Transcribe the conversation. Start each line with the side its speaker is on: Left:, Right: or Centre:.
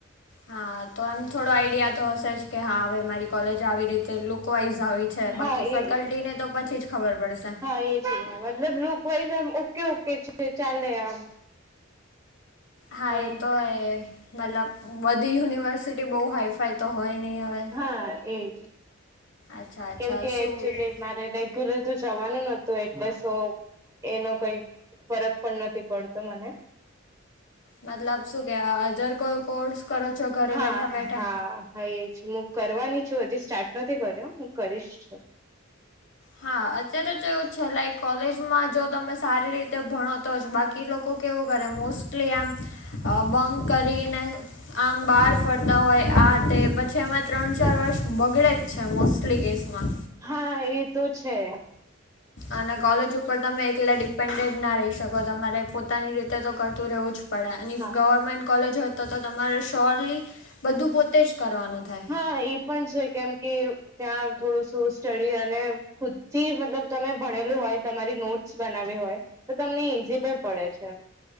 Left: હા તો એમ થોડો આઈડિયા તો હશે જ કે હા હવે મારી કોલેજ આવી રીતે લુક વાઈઝ આવી છે
Right: હા
Left: બાકી
Right: એ
Left: ફેકલ્ટીને તો પછી જ ખબર પડશે.
Right: હા એ મતલબ લુક વાઈઝમ ઓકે ઓકે ચાલ આમ.
Left: હા
Right: પણ
Left: એ તો હ મતલબ બધી યુનિવર્સિટી બહુ હાઈફાઈ તો હોય નહી હવે.
Right: હા એજ
Left: અચ્છા અચ્છા
Right: કેમ કે
Left: શું
Right: એકચુલી મારે તરત જવાનું નતું એટલે સૈ. એનો કઈ ફરક પણ નથી પડતો મને.
Left: મતલબ શું કેવા અજર કોઈ કોર્સ કરો છો ઘરે
Right: હા
Left: બેઠા બેઠા
Right: હા હ એજ. કરવાની છું હજી સ્ટાર્ટ નથી કર્યો હું કરીશ. છે
Left: હા અત્યારે તો એવું છે લાઈક કોલેજમાં જો તમે સારી રીતે ભણો તો જ બાકી એ લોકો કેવું કરે મોસ્ટલી આમ બંક કરીને આમ બાર ફરતા હોય આ તે પછી એમાં ત્રણ ચાર વર્ષ બગડે જ છે મોસ્ટલી કેસમાં
Right: હા એ તો છે.
Left: અને કોલેજ ઉપર તમે એકલા ડિપેન્ડેન્ટ ના રહી શકો તમારે પોતાની રીતે તો કરતું રહેવું જ પડે અનેઇ
Right: હા
Left: ગવર્મેન્ટ કોલેજ હોય તો તમારે શ્યોરલી બધું પોતે જ કરવાનું થાય.
Right: હા એ પણ છે કેમ કે. ત્યાં થોડું શું સ્ટડી અને ખુદ થી મતલબ તમે ભણેલું હોય તમારી નોટ બનાવ્યો હોય તો તમને ઈઝી પણ પડે છે.